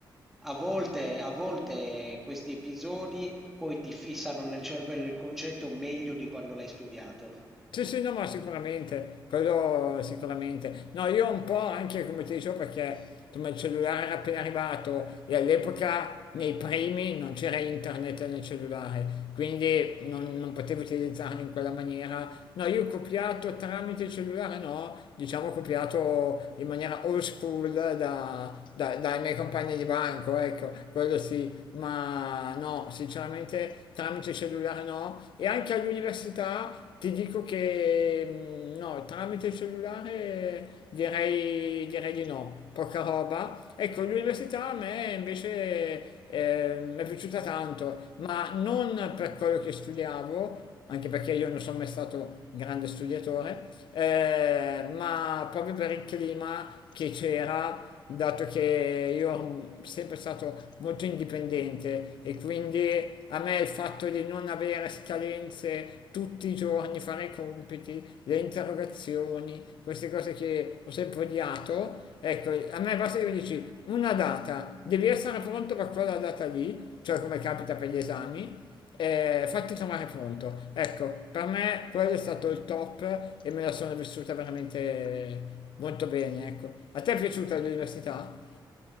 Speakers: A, in the centre; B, on the left (about 70°).
A: a volte, a volte questi episodi poi ti fissano nel cervello il concetto meglio di quando l'hai studiato.
B: Sì, sì, no, ma sicuramente, quello sicuramente. No, io un po' anche come ti dicevo perché insomma il cellulare era appena arrivato e all'epoca nei primi non c'era internet nel cellulare, quindi non, non potevo utilizzarlo in quella maniera. No, io ho copiato tramite il cellulare, no, diciamo ho copiato in maniera old school da, da- dai miei compagni di banco, ecco, quello sì, ma no, sinceramente tramite cellulare no. E anche all'università ti dico che mm, no, tramite il cellulare direi, direi di no, poca roba. Ecco, l'università a me invece eh, mi è piaciuta tanto, ma non per quello che studiavo, anche perché io non sono mai stato grande studiatore, eh, ma proprio per il clima che c'era dato che io sono sempre stato molto indipendente e quindi a me il fatto di non avere scadenze tutti i giorni, fare i compiti, le interrogazioni, queste cose che ho sempre odiato, ecco, a me basta che mi dici una data, devi essere pronto per quella data lì, cioè come capita per gli esami, eh, fatti trovare pronto. Ecco, per me quello è stato il top e me la sono vissuta veramente molto bene, ecco. A te è piaciuta l'università?